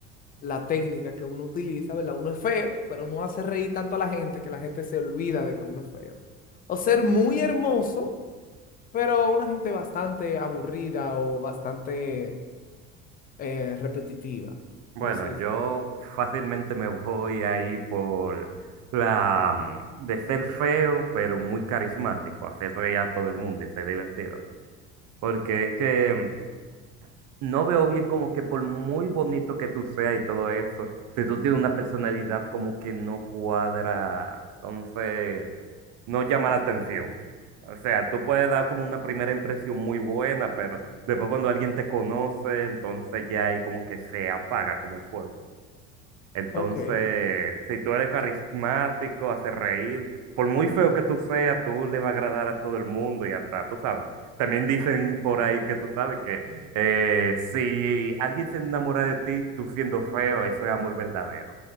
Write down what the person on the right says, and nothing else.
Bueno,
yo fácilmente me voy ahí por la mm, de ser feo, pero muy carismático, hacer reír a todo el mundo y ser divertido. Porque es que no veo bien como que por muy bonito que tú seas y todo eso, si tú tienes una personalidad como que no cuadra, entonces no llama la atención. O sea, tú puedes dar como una primera impresión muy buena, pero después cuando alguien te conoce, entonces ya ahí como que se apaga como el fuego. Entonces,
si tú eres carismático, haces reír, por muy feo que tú seas, tú le va a agradar a todo el mundo y hasta, tú sabes. También dicen por ahí que tú sabes que eh, si alguien se enamora de ti, tú siendo feo, eso es amor verdadero.